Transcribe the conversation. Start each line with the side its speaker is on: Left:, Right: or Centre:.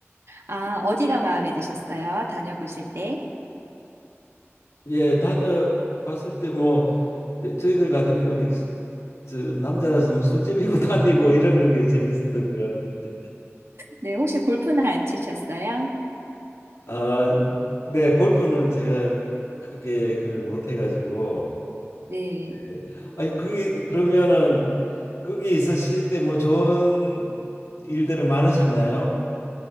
Right: 아, 어디가 마음에 드셨어요? 다녀보실 때?
Left: 예, 다녀봤을 때 뭐 저희들 같은 경우 어떻게 수- 저 남자라서 뭐 술집이고 <laughs> 다니고 이러는 게 재밌었던 것 같은데.
Right: 네, 혹시 골프는 안 치셨어요?
Left: 아, 네, 골프는 제가 크게 그걸 못 해가지고.
Right: 네.
Left: 네. 아니 그게 그러면은 거기 있으실 때 뭐 좋은 일들은 많으셨나요?